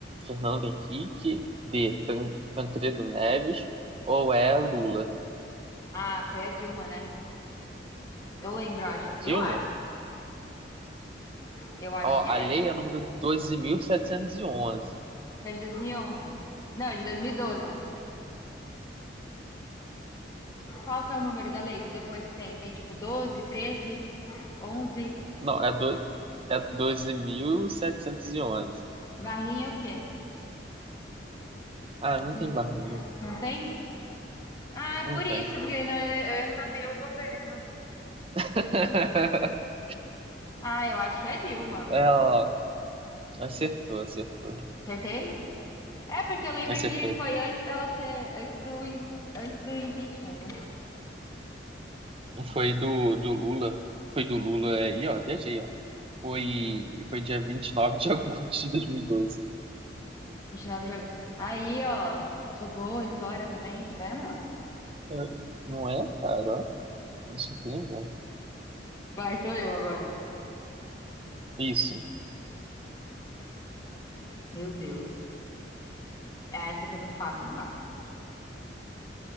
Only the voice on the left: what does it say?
Ah, foi a Dilma, né? Eu lembro, acho.
Eu acho. Eu acho
que é.
É de dois mil e onze Não, é de dois mil e doze Qual que é o número da lei que depois tem? Tem tipo 12 13 onze
Barrinha é o quê?
Não,
não tem? Ah, é
por
isso, porque não, eu, eu ia saber o governo.
Ah, eu acho que é Dilma.
Acertei? É, porque eu lembro
que foi antes dela ser, antes do, i- antes do impeachment, né?
29 de agosto. Aí, ó, sou boa em história também, tá vendo?
Vai, sou eu agora.
Meu Deus. Ah, essa aqui é muito fácil, não dá.